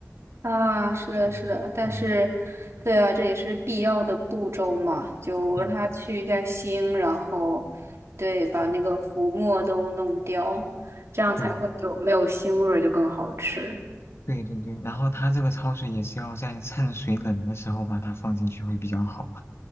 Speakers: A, on the right; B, on the left.
A: 啊，是的，
B: 嗯嗯
A: 是的，但是，对啊，这也是必要的步骤嘛，就让它去一下腥，
B: 嗯
A: 然后，对，把那个浮沫都弄掉，
B: 嗯，
A: 这样才会就没有腥味儿，
B: 对，
A: 就更好吃。
B: 对对对，然后它这个焯水也是要在趁水冷的时候把它放进去会比较好。